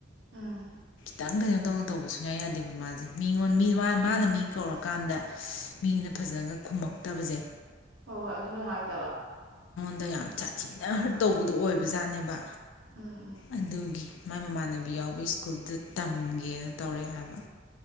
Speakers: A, on the right; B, on the left.
A: ꯑꯝ
B: ꯈꯤꯇꯪ ꯀꯩꯅꫭ ꯇꯧꯅ ꯇꯧꯕ ꯁꯨꯡꯌꯥ ꯌꯥꯗꯦꯕ ꯃꯥꯖꯦ ꯃꯤꯉꯣꯟ ꯃꯤ ꯃꯥ ꯃꯥꯅ ꯃꯤ ꯀꯧꯔꯀꯥꯟꯗ ꯏꯁ ꯃꯤꯅ ꯐꯖꯅꯒ ꯈꯨꯝꯃꯛꯇꯕꯖꯦ
A: ꯍꯣꯏ ꯍꯣꯏ ꯑꯗꯨ ꯅꯨꯡꯉꯥꯏꯇꯕ
B: ꯗ ꯌꯥꯝ ꯁꯥꯊꯤꯅ ꯍꯠ ꯇꯧꯕꯗꯨꯣ ꯑꯣꯏꯕꯖꯥꯠꯅꯦꯕ
A: ꯎꯝ ꯎꯝ
B: ꯑꯗꯨꯒꯤ ꯃꯥꯏ ꯃꯃꯥꯟꯅꯕꯤ ꯌꯥꯎꯕꯩ ꯁ꯭ꯀꯜꯗꯨꯗ ꯇꯝꯒꯦꯅ ꯇꯧꯔꯛꯑꯦ ꯍꯥꯏꯕ